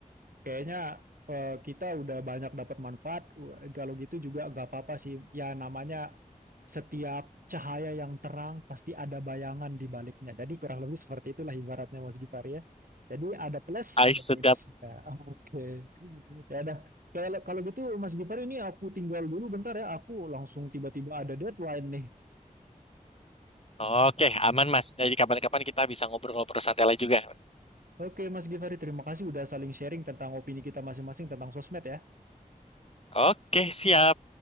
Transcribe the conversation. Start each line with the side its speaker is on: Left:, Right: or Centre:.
Right: kayaknya eh, kita udah banyak dapat manfaat. Wah, Kalau gitu juga nggak apa-apa sih. Ya namanya setiap cahaya yang terang pasti ada bayangan di baliknya. Jadi kurang lebih seperti itulah ibaratnya Mas Gifari ya. Jadi ada plus,
Left: Ay,
Right: ada
Left: sedap.
Right: minusnya. <laughs> Oke. Ya udah. Kalau kalau gitu Mas Gifari ini aku tinggal dulu bentar ya. Aku langsung tiba-tiba ada deadline nih.
Left: Oke, aman Mas. Jadi kapan-kapan kita bisa ngobrol-ngobrol santai lagi juga.
Right: Oke, Mas Givari, terima kasih udah saling sharing tentang opini kita masing-masing tentang sosmed ya.
Left: Oke, siap.